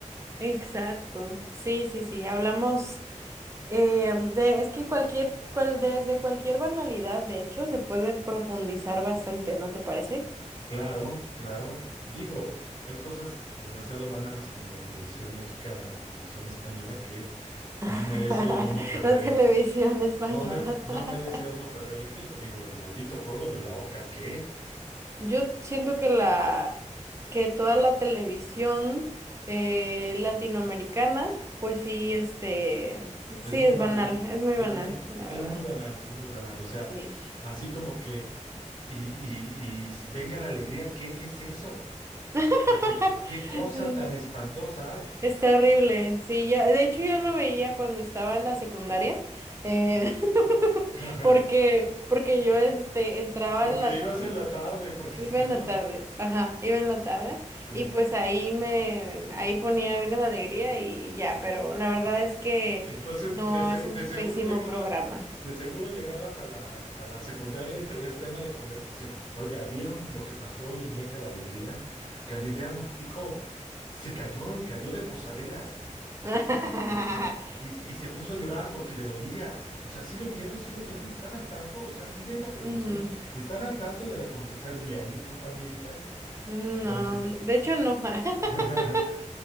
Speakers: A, on the right; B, on the left.
A: Exacto, sí, sí, sí, hablamos eh, de, es que cualquier, cual, desde cualquier banalidad, de hecho, se puede profundizar bastante, ¿no te parece?
B: Claro, claro. Digo, hay cosas demasiado banales como la televisión mexicana o la televisión española que
A: <laughs>
B: no merece uno perder
A: La televisión
B: el,
A: española.
B: No me, no
A: <laughs>
B: merece uno perder el tiempo. Digo, el maldito juego de la oca, ¿qué?
A: Yo siento que la que toda la televisión eh, latinoamericana, pues sí, este, sí
B: Es muy
A: es
B: banal,
A: banal, es muy
B: es
A: banal,
B: muy,
A: la
B: es
A: verdad.
B: muy banal, es muy banal. O sea,
A: Sí.
B: así como que, y, y- y venga la alegría, ¿qué? ¿Qué es eso?
A: <laughs>
B: O sea, ¿Qué, qué cosa
A: Mm,
B: tan espantosa hay?
A: Está horrible. Sí, yo, de hecho yo lo veía cuando estaba en la secundaria, eh,
B: Sí.
A: <laughs>
B: <laughs>
A: porque porque yo este entraba
B: Porque
A: en la
B: ibas en la tarde, porque
A: Iba
B: si no.
A: en la tarde, ajá, iba en la tarde
B: Sí.
A: y pues ahí me, ahí ponía Venga la Alegría y ya, pero la verdad es que
B: Entonces,
A: no,
B: de, se-
A: es un
B: de seguro
A: pésimo
B: llegabas,
A: programa.
B: de seguro llegabas a la, a la secundaria y traías tema de conversación. Oiga, ¿vieron lo que pasó hoy en Venga la Alegría? Galilea Montijo se cayó y cayó de posaderas. Este,
A: <laughs>
B: y, y- y- y se puso a llorar porque le dolía. O sea, sí lo vieron, sí lo vieron, están al tanto, o sea, sí ven la televisión,
A: Mm,
B: están al tanto del acontecer diario, compañeritas.
A: No,
B: Entonces,
A: de hecho no. <laughs>
B: <laughs>